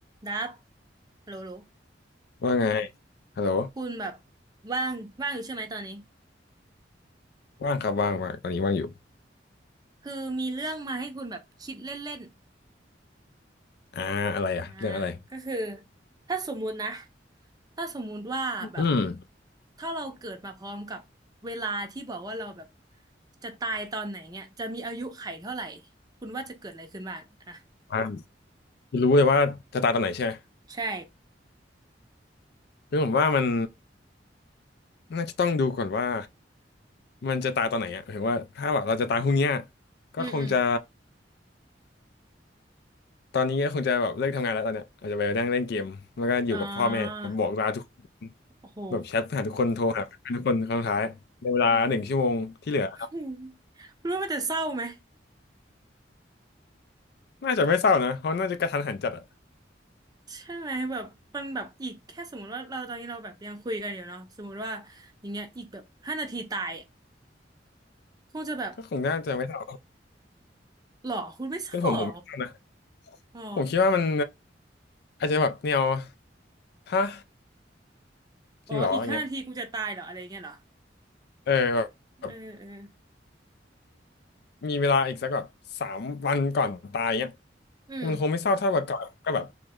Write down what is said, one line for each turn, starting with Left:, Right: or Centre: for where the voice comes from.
Right: ดับโลโล
Left: ว่าไงฮัลโหล
Right: คุณแบบว่างว่างอยู่ใช่ไหมตอนนี้
Left: ว่างครับว่างว่างตอนนี้ว่างอยู่
Right: คือมีเรื่องมาให้คุณแบบคิดเล่น
Left: อ่าอะไรอะเรื่องอะไร
Right: ๆนะก็คือถ้าสมมุตินะถ้าสมมุติว่าแบบ
Left: อืม
Right: ถ้าเราเกิดมาพร้อมกับเวลาที่บอกว่าเราแบบจะตายตอนไหนเนี่ยจะมีอายุไขเท่าไหร่คุณว่าจะเกิดอะไรขึ้นบ้างอ่ะ
Left: อ่ารู้เลยว่าจะตายตอนไหนใช่ไหม
Right: ใช่
Left: คือผมว่ามันน่าจะต้องดูก่อนว่ามันจะตายตอนไหนอะหมายถึงว่าถ้าแบบเราจะตายพรุ่งเนี้ยก็คงจะ
Right: อืมอืม
Left: ตอนนี้ก็คงจะแบบเลิกทำงานแล้วตอนเนี้ยอาจจะไปนั่งเล่นเกมแล้วก็อยู่กับพ่อแม่ผมบอกลาทุกคน
Right: อ่าโอ้โห
Left: แบบแชทหาทุกคนโทรหาเพื่อนทุกคนครั้งสุดท้ายในเวลาหนึ่งชั่วโมงที่เหลือ
Right: อืม <laughs> คุณว่ามันจะเศร้าไหม
Left: น่าจะไม่เศร้านะเพราะน่าจะกระทันหันจัดอะ
Right: ใช่ไหมแบบมันแบบอีกแค่สมมติว่าเราตอนนี้เราแบบยังคุยกันอยู่เนาะสมมติว่าอย่างเงี้ยอีกแบบห้านาทีตายอะคงจะแบบ
Left: ก็คงน่าจะไม่เศร้า
Right: หรอคุณไม่เศร้าหรอ
Left: เป็นผมผมไม่เศร้านะ
Right: อ๋อ
Left: ผมคิดว่ามันอาจจะแบบแนวฮะ
Right: อ๋ออีกห้านาทีกูจะตายเหรออะไรเงี้ยเหรอ
Left: จริงเหรออย่างเงี้ยเออแบบแบบ
Right: เออเออ
Left: มีเวลาอีกสักแบบสามวันก่อนตายเงี้ย
Right: อืม
Left: มันคงไม่เศร้าเท่ากับก่อนก็แบบ